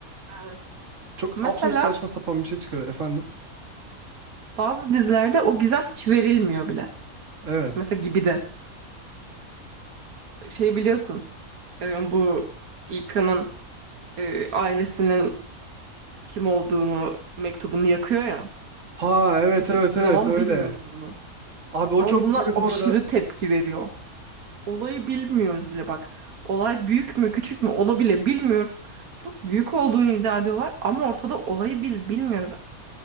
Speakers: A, on the right (about 80°); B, on the right (about 60°).
A: Evet.
B: Çok
A: Mesela
B: absürt saçma sapan bir şey çıkıyor efendim.
A: bazı dizilerde o gizem hiç verilmiyor bile.
B: Evet.
A: Mesela gibi de. Şey biliyorsun e, bu İlkan'ın e, ailesinin kim olduğunu mektubunu yakıyor ya.
B: Ha evet
A: Biz
B: evet
A: hiçbir
B: evet
A: zaman
B: öyle.
A: bilmiyoruz bunu.
B: Abi o
A: Ama
B: çok
A: bunlar
B: beni
A: aşırı
B: bu arada
A: tepki veriyor. Olayı bilmiyoruz bile bak. Olay büyük mü küçük mü onu bile bilmiyoruz. Çok büyük olduğunu iddia ediyorlar ama ortada olayı biz bilmiyoruz.